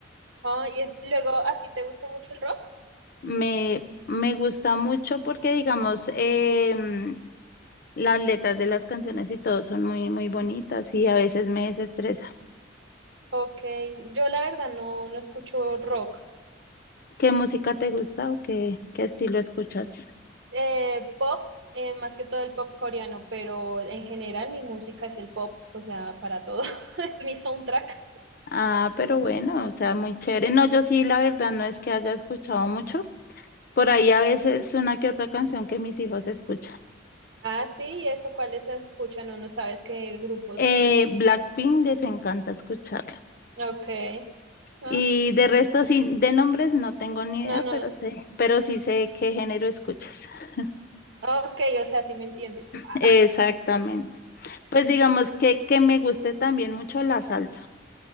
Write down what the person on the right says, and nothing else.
Ah, y es- luego, ¿a ti te gusta mucho el rock?
Ok, yo la verdad no, no escucho rock.
eh, pop, eh, más que todo el pop coreano, pero en general mi música es el pop, o sea, para todo, <laughs> es mi soundtrack.
Ah, sí, ¿y eso cuáles se escuchan? No, no sabes qué grupos.
Ok. Ah,
no,
no.
Ok, o sea, sí me entiendes. Ah,
<laughs>